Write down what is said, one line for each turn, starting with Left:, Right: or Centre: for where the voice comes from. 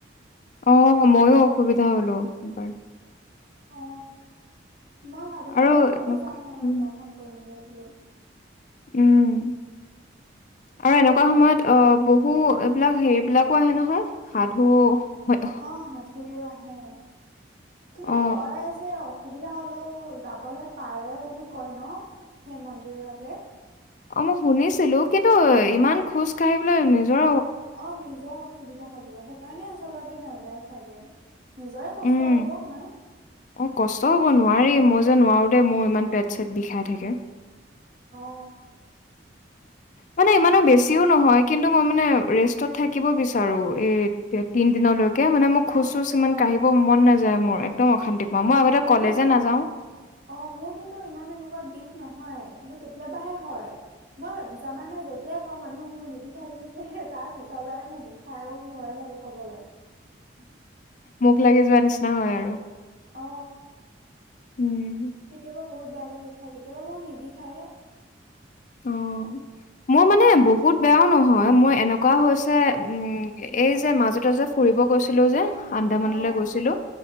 Left: অ, ময়ো অসুবিধা হ'লো এবাৰ।
Right: অ, মই ভাবিলো,
Left: আৰু
Right: এনেই
Left: এনেকুৱা
Right: যাম আৰু
Left: উম
Right: দৰ্শন কৰিমগে বোলো।
Left: উম। আৰু এনেকুৱা সময়ত অ, বহু এইবিলাক হেৰিবিলাকো আহে নহয়। সাধু, স
Right: অ, সাধুবোৰ আহে, কিন্তু <unintelligible>
Left: অ
Right: যে অসুবিধা হ'লেও, যাবলে পাৰে বুলি কয় ন, সেই মন্দিৰলে।
Left: অ মই শুনিছিলো, কিন্তু ইমান খোজ কাঢ়িবলৈ নিজৰ
Right: অ, নিজৰ অসুবিধা অসুবিধা হ'ব, সেইকাৰণে আচলতে নাযায় চাগে, নিজৰে কষ্ট
Left: উম
Right: হ'ব। <unintelligible>
Left: অ, কষ্ট হ'ব নোৱাৰিম, মই যে নোৱাৰোঁ দেই, মোৰ ইমান পেট-চেট বিষাই থাকে।
Right: অ।
Left: মানে ইমানো বেছিও নহয়, কিন্তু মই মানে ৰেষ্টত থাকিব বিচাৰো, এই তিন দিনলৈ। তাকে মানে, মোৰ
Right: অ
Left: খোজ-চোজ
Right: সেইটো
Left: ইমান
Right: হয়
Left: কাঢ়িব মন নাযায় মোৰ। একদম অশান্তি পাওঁ, মই আগতে কলেজে
Right: মোৰ
Left: নাযাওঁ।
Right: অ, মোৰ কিন্তু ইমান এনেকুৱা বিষ নহয়, কিন্তু কেতিয়াবাহে হয়। মই জানা নে, যেতিয়াই কওঁ মানুহক মোৰ নিবিষাই বুলি, তে, তাৰ পিছৰ বাৰে মোৰ বিষ ষাই, মোৰ ভয়ে লাগে ক'বলৈ।
Left: মুখ লাগি যোৱা নিচিনা হয় আৰু।
Right: অ।
Left: উম।
Right: কেতিয়াবা বহুত বেয়াকে বিষায়, কেতিয়াবা বাৰু নিবিষায়ে।
Left: অ'।
Right: <inaudible>
Left: মোৰ মানে বহুত বেয়াও নহয়, মোৰ এনেকুৱাও হৈছে, উম, এই যে মাজতে যে ফুৰিব গৈছিলো যে, আন্দামানলৈ
Right: অ
Left: গৈছিলো,